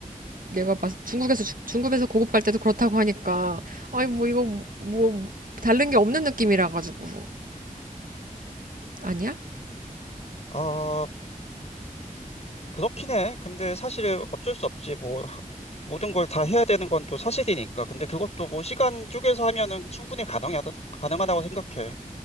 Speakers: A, on the right; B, on the left.
A: 내가 봤, 중국에서, 주- 중급에서 고급 갈 때도 그렇다고 하니까, 아니, 뭐, 이거, 뭐, 뭐 다른 게 없는 느낌이라 가지고. 아니야?
B: 어, 그렇긴 해. 근데 사실 어쩔 수 없지. 뭐, 하- 모든 걸 다 해야 되는 건 또 사실이니까. 근데 그것도 뭐 시간 쪼개서 하면은 충분히 가능하다, 가능하다고 생각해.